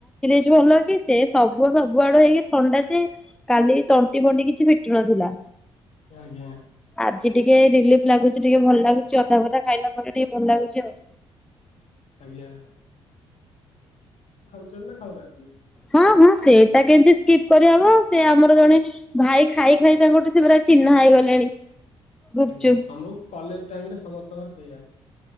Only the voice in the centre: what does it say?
ଯେ ଭଲ କି! ସେ ସବୁ ସବୁ ଆଡୁ ହେଇକି ଥଣ୍ଡା ଯେ, କାଲି ତଣ୍ଟି ଫଣ୍ଟି କିଛି ଫିଟୁ ନ ଥିଲା।
ଆଜି ଟିକେ ରିଲିଫ ଲାଗୁଛି। ଟିକେ ଭଲ ଲାଗୁଛି। ଅଦା ଫଦା ଖାଇଲା ପରେ ଟିକେ ଭଲ ଲାଗୁଛି ଆଉ।
ହଁ ହଁ, ସେଇଟା କେମିତି ସ୍କିପ୍ କରିହବ! ସେ ଆମର ଜଣେ ଭାଇ ଖାଇ ଖାଇ ତାଙ୍କ ଗୋଟେ ସେ ପରା ଚିହ୍ନା ହେଇଗଲେଣି। ଗୁପଚୁପ୍।